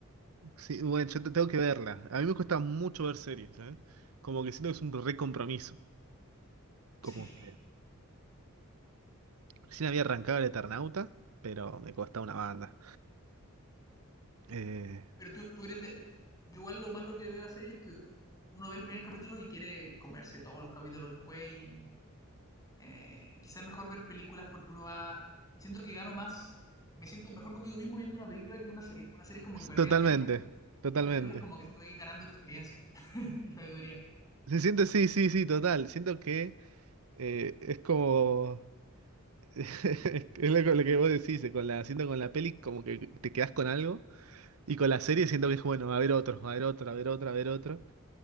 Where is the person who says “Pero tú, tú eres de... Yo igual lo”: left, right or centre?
Left